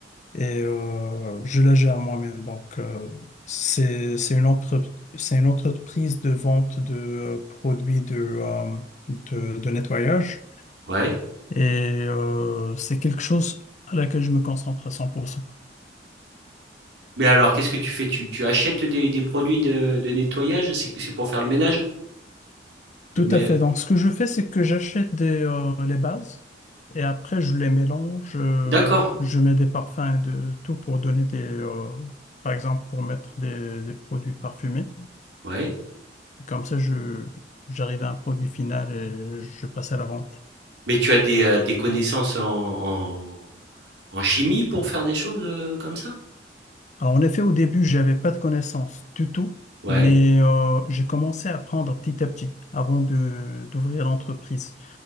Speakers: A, on the left; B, on the right.
A: et euh, je la gère moi-même. Donc, euh, c'est c'est une entreprise c'est une entreprise de vente de euh, produits de euh, de, de nettoyage
B: ouais.
A: et euh, c'est quelque chose à laquelle je me concentre à 100%.
B: Mais alors, qu'est-ce que tu fais? Tu, tu achètes des, des produits de, de nettoyage? C'est c'est pour faire le ménage?
A: Tout
B: Euh, Mais
A: à fait. Donc, ce que je fais, c'est que j'achète des, euh, les bases et après, je les mélange. euh,
B: d'accord,
A: je mets des parfums et de tout pour donner des, euh, par exemple, pour mettre des, des produits parfumés.
B: ouais.
A: Comme ça, je, j'arrive à un produit final et je passe à la vente.
B: Mais tu as des, euh, des connaissances en, en, en chimie pour faire des choses euh, comme ça?
A: Alors, en effet, au début, j'avais pas de connaissances du tout,
B: Ouais,
A: mais euh, j'ai commencé à apprendre petit à petit avant de, d'ouvrir l'entreprise.